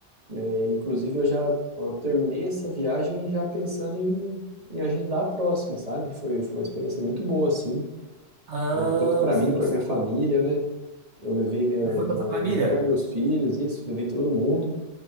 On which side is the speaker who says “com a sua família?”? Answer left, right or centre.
Right